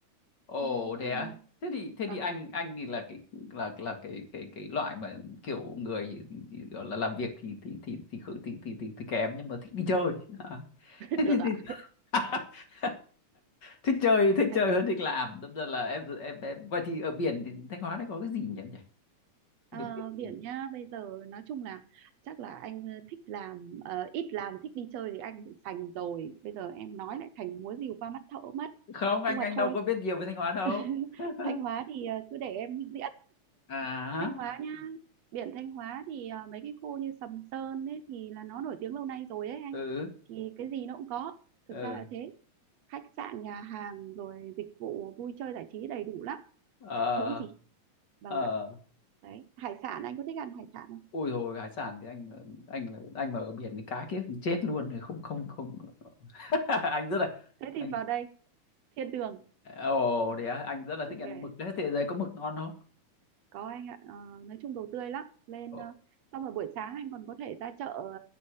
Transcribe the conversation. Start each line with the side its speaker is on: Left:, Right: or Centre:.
Left: ồ
Right: Anh
Left: thế á
Right: ờ,
Left: thế thì thế
Right: Vâng,
Left: thì anh anh thì là cái là là cái cái cái loại mà kiểu người thì, thì, gọi là làm việc thì thì thì thì khử- thì thì, thì, thì kém nhưng mà thích đi chơi à. Thế
Right: <laughs> được
Left: thì,
Right: ạ.
Left: thì <laughs> thích chơi thích
Right: Anh
Left: chơi hơn thích làm đâm ra là em em em vậy thì ở biển thì Thanh Hóa đấy có cái gì nhỉ em nhỉ
Right: ờ,
Left: biển, biển,
Right: biển
Left: biển.
Right: nhá, bây giờ nói chung là chắc là anh ờ, thích làm ờ, ít làm thích đi chơi thì anh bị sành rồi. Bây giờ em nói lại thành múa rìu qua mắt thợ mất.
Left: không anh
Right: Nhưng mà
Left: anh
Right: thôi.
Left: đâu có biết nhiều về Thanh Hóa đâu
Right: <laughs>
Left: <laughs>
Right: Thanh Hóa thì ờ, cứ để em diễn
Left: à
Right: Thanh Hóa nhá. Biển Thanh Hóa thì ờ, mấy cái khu như Sầm Sơn ấy thì là nó nổi tiếng lâu nay rồi ấy anh.
Left: ừ
Right: Thì cái gì nó cũng có. Thực
Left: ừ
Right: ra là thế. Khách sạn, nhà hàng rồi dịch vụ vui chơi giải trí đầy đủ lắm,
Left: ờ
Right: chả thiếu cái gì. Vâng
Left: ờ
Right: ạ. đấy hải sản anh có thích ăn hải sản không
Left: ôi rồi hải sản thì anh anh là anh mà ở biển thì cá kiếp chết luôn rồi không không không <laughs> anh rất là
Right: thế
Left: anh
Right: thì vào đây thiên đường
Left: ồ thế à, anh rất là
Right: ok
Left: thích ăn mực đấy thế giới có mực ngon không
Right: có anh ạ Ờ, nói chung đồ tươi lắm lên
Left: ồ
Right: ờ, xong rồi buổi sáng anh còn có thể ra chợ ờ,